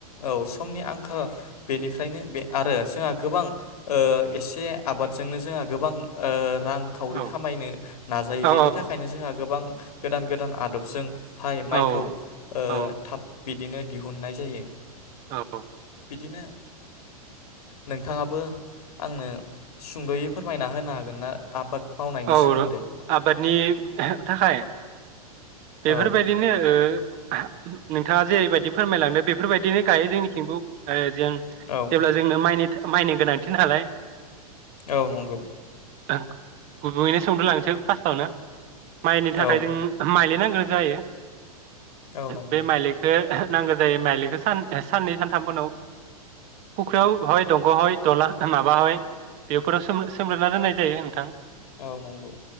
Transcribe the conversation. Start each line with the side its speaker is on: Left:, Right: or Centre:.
Left: औ समनि आंखाल बेनिफ्रायनो बे आरो जोंहा गोबां एसे आबादजोंनो जोंहा गोबां ओ रांखावरि
Right: औ
Left: खामायनो नाजायो
Right: औ
Left: बेनि थाखायनो जोंहा गोबां गोदान गोदान आदबजों हाय माइखौ
Right: औ
Left: ओ
Right: औ
Left: थाब बिदिनो दिहुननाय जायो
Right: औ
Left: बिदिनो नोंथाङाबो आंनो सुंद'यै फोरमायना होनो हागोन ना आबाद मावनायनि
Right: औ
Left: सोमोन्दै
Right: आबादनि थाखाय बेफोरबायदिनो
Left: औ
Right: ओ नोंथाङा जेरैबायदि फोरमायलांदों बेफोरबायदिनो गायो जोंनिखिंबो जों
Left: औ
Right: जेब्ला जोंनो माइनि था- माइनि गोनांथि नालाय
Left: औ नंगौ
Right: आ गुबुयैनो सौनो लांसै फार्स्टआवनो माइनि थाखाय
Left: औ
Right: जों माइ <unintelligible> गो जायो
Left: औ नंगौ
Right: बे माइलिखो नांगौ जायो माइलिखौ सान साननै सानथामफोरनाव फुख्रियाव हय दंग' हय दला माबा हय बेफोराव स सोमग्रोना दोननाय जायो नोंथां
Left: औ नंगौ